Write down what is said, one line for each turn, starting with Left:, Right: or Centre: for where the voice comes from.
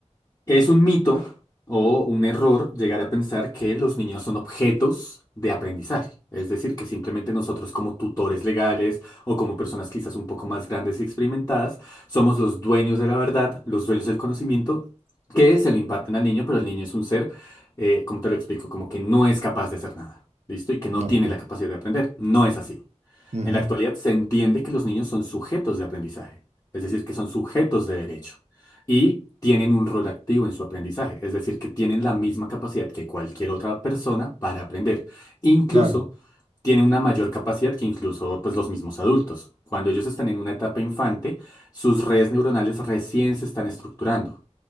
Left: Es un mito o un error llegar a pensar que los niños son objetos de aprendizaje. Es decir, que simplemente nosotros como tutores legales o como personas quizás un poco más grandes y experimentadas, somos los dueños de la verdad, los dueños del conocimiento que se lo imparten al niño, pero el niño es un ser, eh, como te lo explico, como que no es capaz de hacer nada. ¿Listo? Y que no
Right: ok,
Left: tiene la capacidad de aprender. No es así.
Right: ujú,
Left: En la actualidad se entiende que los niños son sujetos de aprendizaje, es decir, que son sujetos de derecho y tienen un rol activo en su aprendizaje, es decir, que tienen la misma capacidad que cualquier otra persona para aprender. Incluso
Right: claro.
Left: tienen una mayor capacidad que incluso pues, los mismos adultos. Cuando ellos están en una etapa infante, sus redes neuronales recién se están estructurando